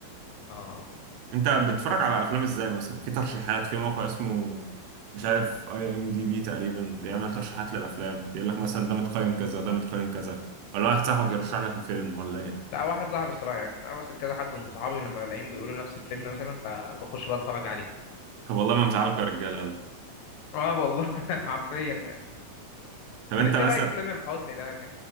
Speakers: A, on the left; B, on the right.
A: اه آه.
B: انت بتتفرج على افلام ازاي مثلا في ترشيحات في موقع اسمه مش عارف اي ام دي بي تقريبا بيعمل ترشيحات للافلام يقول لك مثلا ده متقيم كذا ده متقيم كذا ولا واحد صاحبك يرشح لك الفيلم ولا ايه
A: لا واحد صاحبي الصراحه يعني انا مثلا كذا حد من صحابي لما الاقيهم بيقولوا نفس الفيلم مثلا فبخش بقى اتفرج عليه
B: طب والله ما مزعلكوا يا رجاله يلا
A: اه والله <laughs> حرفيا يعني
B: طب
A: طب
B: انت
A: انت
B: مثلا
A: رايك في تامر حسني ده ك...